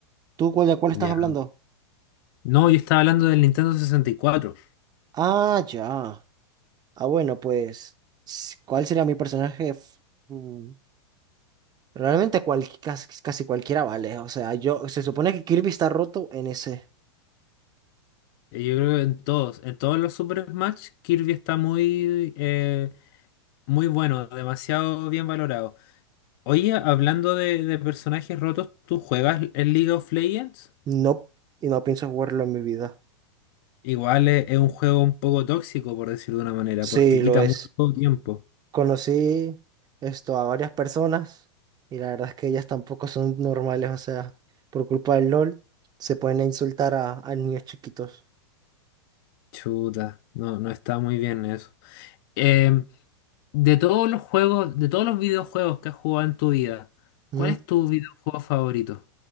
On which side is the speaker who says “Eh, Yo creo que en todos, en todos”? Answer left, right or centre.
Left